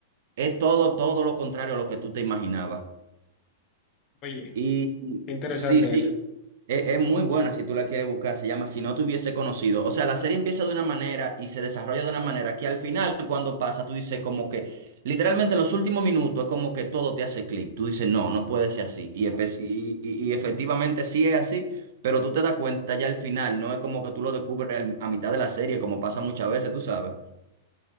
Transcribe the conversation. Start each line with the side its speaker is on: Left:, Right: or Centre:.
Right: Es todo, todo lo contrario a lo que tú te imaginabas.
Left: Oye.
Right: Y y
Left: Qué Interesante
Right: sí, sí,
Left: esa.
Right: es, es muy buena si tú la quieres buscar. Se llama Si no te hubiese conocido. O sea, la serie empieza de una manera y se desarrolla de una manera que al final, cuando pasa, tú dices como que, literalmente en los últimos minutos es como que todo te hace clic. Tú dices, no, no puede ser así. Y, espe- y, y- y efectivamente sí es así, pero tú te das cuenta ya al final. No es como que tú lo descubres al- a mitad de la serie, como pasa muchas veces, tú sabes.